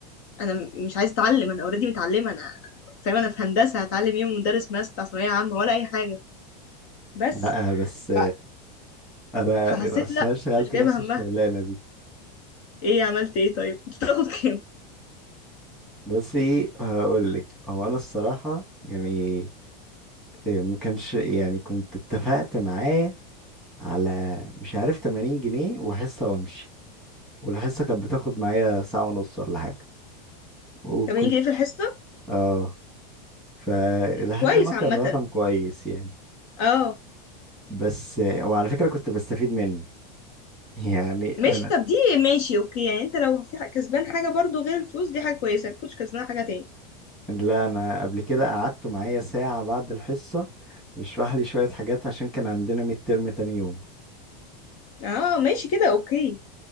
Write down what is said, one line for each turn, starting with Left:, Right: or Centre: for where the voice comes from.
Left: انا م- مش عايزه اتعلم انا اوريدي متعلمه انا فاهمه انا في هندسه هتعلم ايه من مدرس ماس بتاع ثانويه عامه ولا اي حاجه بس
Centre: لا بس
Left: ف-
Centre: انا
Left: فحسيت
Centre: اصل
Left: لا
Centre: انا اشتغلت
Left: مش جايبه
Centre: نفس
Left: همها
Centre: الشغلانه دي
Left: ايه عملت ايه طيب كنت بتاخد كام
Centre: بصي هقول لك هو انا الصراحه يعني إيه، ما كانش يعني كنت اتفقت معاه على مش عارف 80 جنيه وحصه وامشي والحصه كانت بتاخد معايا ساعه ونص ولا حاجه وكنت
Left: 80 جنيه في الحصه
Centre: اه فلحد
Left: كويس
Centre: ما كان
Left: عامه
Centre: رقم كويس يعني
Left: اه
Centre: بس وعلى فكرة كنت بستفيد منه يعني
Left: ماشي
Centre: انا
Left: طب دي ماشي اوكي يعني انت لو في ح- كسبان حاجة برضو غير الفلوس دي حاجة كويسة ما تكونش كسبان حاجة تاني
Centre: لا انا قبل كده قعدته معايا ساعة بعد الحصة يشرح لي شوية حاجات عشان كان عندنا ميد ترم تاني يوم
Left: اه ماشي كده اوكي